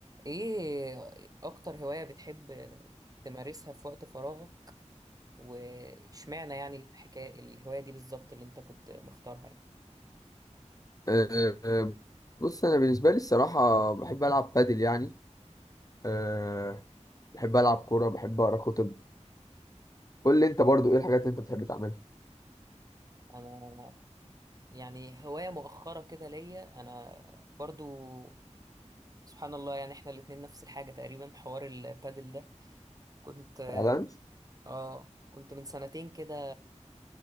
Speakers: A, on the right (about 30°); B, on the left (about 30°).
A: ايه اكتر هواية بتحب تمارسها في وقت فراغك واشمعنى يعني الحكاية الهواية دي بالظبط اللي انت كنت مختارها يعني
B: أه، أه، بص انا بالنسبه لي الصراحه بحب العب بادل يعني أه، بحب العب كوره بحب اقرا كتب قول لي انت برضو ايه الحاجات اللي انت بتحب تعملها
A: انا يعني هواية مؤخرة كده ليا انا برضو سبحان الله يعني احنا الاتنين نفس الحاجة تقريبا حوار البادل ده كنت
B: فعلا
A: اه كنت من سنتين كده